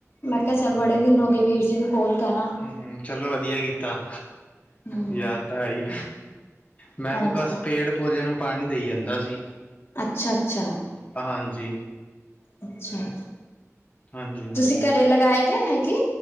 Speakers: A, on the left; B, on the left.
A: ਮੈਂ ਕਿਆ ਚਲ ਬੜੇ ਦਿਨ ਹੋਗੇ, ਵੀਰ ਜੀ ਨੂੰ ਕੋਲ ਕਰਾਂ।
B: ਹੂੰ, ਚਲੋ ਵਧੀਆ ਕੀਤਾ,
A: ਹਮ
B: ਯਾਦ ਤਾਂ ਆਈ। ਮੈਂ
A: ਹਾਂਜੀ
B: ਵੀ ਬਸ ਪੇੜ-ਪੋਦਿਆਂ ਨੂੰ ਪਾਣੀ ਦੇਈ ਜਾਂਦਾ ਸੀ।
A: ਅੱਛਾ-ਅੱਛਾ।
B: ਹਾਂਜੀ।
A: ਅੱਛਾ-ਅ,
B: ਹਾਂਜੀ ਹਾਂਜੀ
A: ਤੁਸੀਂ ਘਰੇ ਲਗਾਏ ਦੇ ਨੇ ਕੀ?